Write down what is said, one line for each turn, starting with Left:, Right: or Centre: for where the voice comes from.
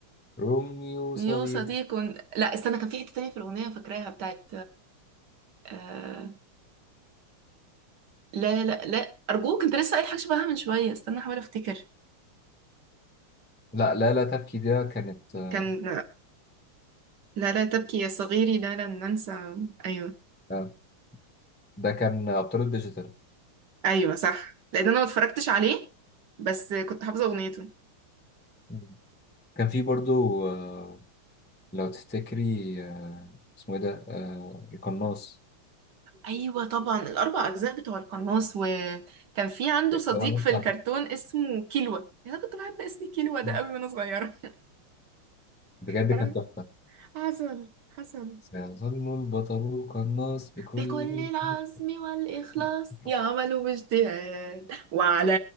Left: روميو
Right: يو
Left: صديق
Right: صديق لا استنى كان في حته تانية في الاغنيه فاكراها بتاعت آه... لا لا لا ارجوك انت لسه قايل حاجه شبهها من شويه استنى احاول افتكر
Left: لا لا لا تبكي ده كانت آه،
Right: كان لا لا تبكي يا صغيري لا لن ننسى ايوه
Left: آه، ده كان أبطال الديجيتال
Right: ايوه صح لان انا ما اتفرجتش عليه بس كنت حافظه اغنيته
Left: مم. كان في برضو آه، لو تفتكري آه، اسمه ايه ده آه، القناص
Right: ايوه طبعا الاربع اجزاء بتوع القناص وكان في عنده صديق
Left: الأغنية
Right: في
Left: بتاعته
Right: الكرتون اسمه كيلوا انا كنت بحب اسم كيلوا ده
Left: مم.
Right: قوي وانا صغيره
Left: بجد
Right: <laughs>
Left: كانت تحفة
Right: حصل حصل
Left: سيظل البطل القناص بكل
Right: بكل العزم والإخلاص
Left: <laughs>
Right: يعمل باجتهاد وعلى